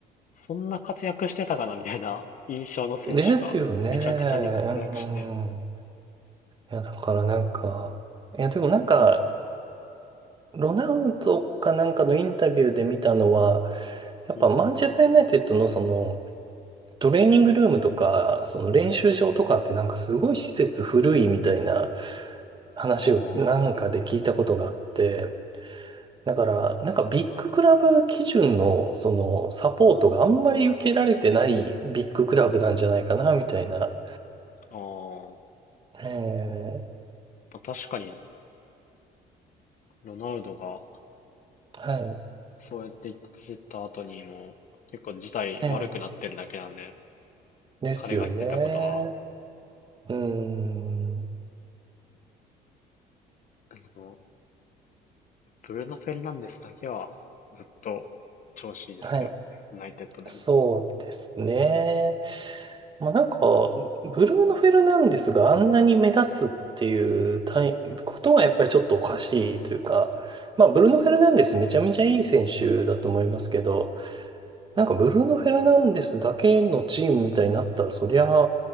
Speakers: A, on the left; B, on the right.
A: そんな活躍してたかなみたいな印象の選手がめちゃくちゃに活躍して。
B: ですよね。うんうん。いや、だからなんか、いや、でもなんか、ロナウドかなんかのインタビューで見たのは、やっぱマンチェスターユナイテッドのその、
A: うん。
B: トレーニングルームとか、その練習場とかってなんかすごい施設古いみたいな
A: うん。
B: 話をなんかで聞いたことがあって、
A: あ
B: だからなんかビッグクラブ基準のそのサポートがあんまり受けられてないビッグクラブなんじゃないかなみたいな。
A: あ、ああ。
B: ええ
A: まあ確かに、ロナウドが
B: はい。
A: そうやって言ってた後にも、結構事態悪くなってるだけなんで、
B: ええですよね。
A: 彼が言ってたことは、
B: うーん。
A: あのブルーノ・フェルナンデスだけはずっと調子いいですけど、
B: はい。
A: ユナイテッドでも。
B: そうですね。まあ、なんか、ブルーノ・フェルナンデスがあんなに目立つっていうたいことはやっぱりちょっとおかしいというか、まあ、ブルーノ・フェルナンデスめちゃめちゃいい選手だと思いますけど、なんかブルーノ・フェルナンデスだけのチームみたいになったら、そりゃ、